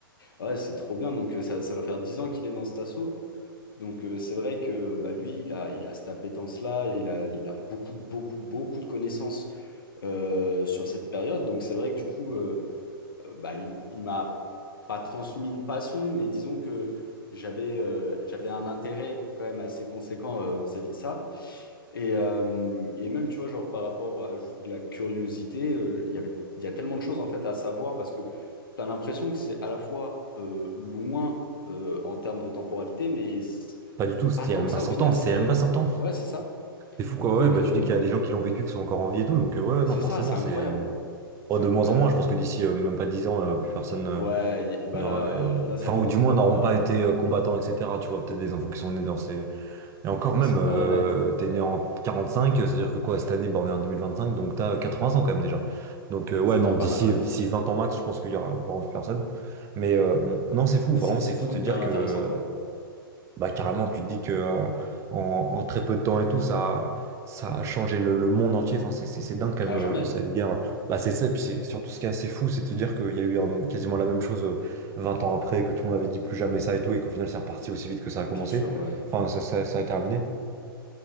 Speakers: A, on the left; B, on the right.
A: Ouais, c'est trop bien. Donc euh, ça, ça doit faire 10 ans qu'il est dans cet assaut. Donc euh, c'est vrai que bah, lui, il a, il a cette appétence-là, il a, il a beaucoup, beaucoup, beaucoup de connaissances euh, sur cette période. Donc c'est vrai que du coup... euh, euh, bah, il, il m'a pas transmis une passion, mais disons que j'avais euh, j'avais un intérêt quand même assez conséquent euh, vis-à-vis de ça. Et, euh, et même, tu vois, genre par rapport à juste de la curiosité, euh, il y avait, il y a tellement de choses en fait à savoir parce que tu as l'impression que c'est à la fois euh, loin euh, en termes de temporalité, mais c'est
B: Pas du tout, c'était
A: pas tant
B: il y a même
A: que
B: pas
A: ça
B: 100
A: au final.
B: ans,
A: C'est
B: c'était il y a même pas cent ans.
A: ouais, c'est ça.
B: C'est fou quoi,
A: Donc,
B: ouais, bah
A: euh,
B: tu dis qu'il y a des gens qui l'ont vécu, qui sont encore en vie et tout, donc euh, ouais,
A: c'est
B: non, forcément,
A: ça, c'est incroyable.
B: c'est. Oh,
A: C'est
B: de
A: incroyable.
B: moins en moins, je pense que d'ici euh, même pas 10 ans, euh, plus personne euh,
A: Ouais, y- bah
B: n'aura.
A: là,
B: euh,
A: euh, là, ça
B: Enfin,
A: commence
B: ou du moins
A: vraiment
B: n'auront
A: à,
B: pas été euh, combattants, etc. Tu vois, peut-être des enfants qui sont nés dans ces, Et encore
A: Dans
B: même,
A: cette
B: euh,
A: période-là et tout,
B: t'es né
A: ouais.
B: en 45, c'est-à-dire que quoi, cette année, bah, on est en 2025, donc t'as 80 ans quand même déjà. Donc euh, ouais,
A: C'est
B: non,
A: déjà pas
B: d'ici
A: mal, ouais.
B: euh, d'ici 20 ans max, je pense qu'il y aura vraiment plus personne. Mais euh, non, c'est fou,
A: Mais
B: vraiment,
A: c'est c'est
B: c'est fou
A: trop
B: de se
A: une
B: dire
A: période intéressante,
B: que,
A: ouais.
B: bah carrément, tu te dis que euh, en, en très peu de temps et tout, ça, ça a changé le, le monde entier. Enfin, c'est c'est- c'est dingue quand même,
A: À
B: euh,
A: jamais,
B: cette guerre. Bah c'est ça, et puis c'est surtout ce qui est assez fou, c'est de se dire qu'il y a eu euh, quasiment la même chose euh, 20 ans après, que tout le monde avait dit plus jamais ça et tout, et qu'au final, c'est reparti aussi vite que ça
A: bien
B: a commencé.
A: sûr, ouais.
B: Enfin, ça, ça, ça a terminé.